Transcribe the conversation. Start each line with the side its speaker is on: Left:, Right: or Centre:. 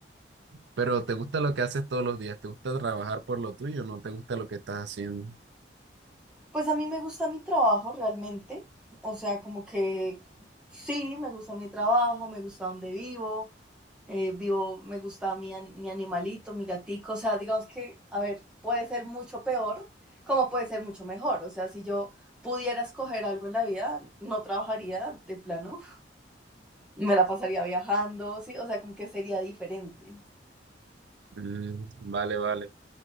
Right: Pero te gusta lo que haces todos los días, te gusta trabajar por lo tuyo, no te gusta lo que estás haciendo.
Centre: Pues a mí me gusta mi trabajo realmente. O sea, como que sí, me gusta mi trabajo, me gusta donde vivo, eh, vivo, me gusta mi, an- mi animalito, mi gatico, o sea, digamos que, a ver, puede ser mucho peor, como puede ser mucho mejor, o sea, si yo pudiera escoger algo en la vida, no trabajaría de plano, me la pasaría viajando, sí, o sea, como que sería diferente.
Right: Mm, vale, vale.